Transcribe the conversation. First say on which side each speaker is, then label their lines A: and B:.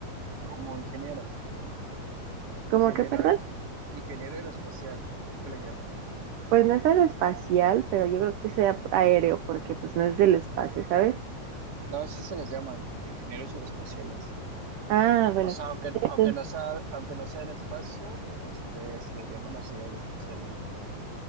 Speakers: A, on the right; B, on the right.
A: Como ingeniero,
B: ¿Cómo
A: ingeniero,
B: que, perdón?
A: ingeniero aeroespacial, creo que le llaman.
B: Pues no es aeroespacial, pero yo creo que sea aéreo, porque pues no es del espacio, ¿sabes?
A: No, sí se les llaman, ingenieros aeroespaciales.
B: Ah, bueno.
A: O sea, aunque,
B: entonces-
A: aunque no sea, aunque no sea el espacio, este, se les llaman así aeroespaciales.